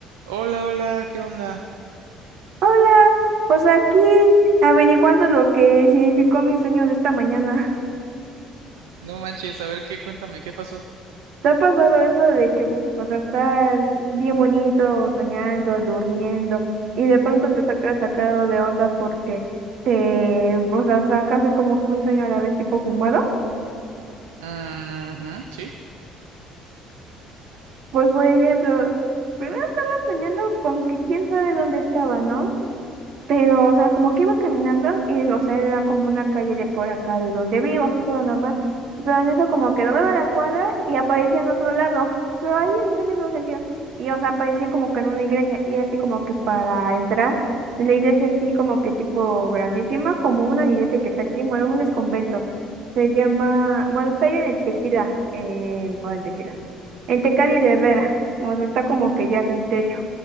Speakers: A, on the right; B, on the right.
A: Hola, hola, ¿qué onda?
B: Hola, pues aquí averiguando lo que significó mi sueño de esta mañana.
A: No manches, a ver qué, cuéntame, ¿qué pasó?
B: <laughs> ¿Te ha pasado eso de que, o sea, estás bien bonito, soñando, durmiendo, y de pronto te sacas sacado de onda porque te, o sea, sacas es como que un sueño a la vez tipo fumado?
A: Ujú, ¿sí?
B: Pues, por ejemplo, primero estaba soñando con que quién sabe dónde estaba, ¿no? Pero, o sea, como que iba caminando y, o sea, era como una calle de por acá de donde vivo, todo normal. Pero en eso como que doblaba la cuadra y aparecía en otro lado. Pero ahí no tenía todo sentido. Y, o sea, aparecía como que en una iglesia y era así como que para entrar. en La iglesia así como que tipo grandísima, como una iglesia que está aquí, bueno, un desconvento. Se llama, bueno, está ahí en Tequila, en, o en Tequila, en Tecali de Vera. O sea, está como que ya sin techo.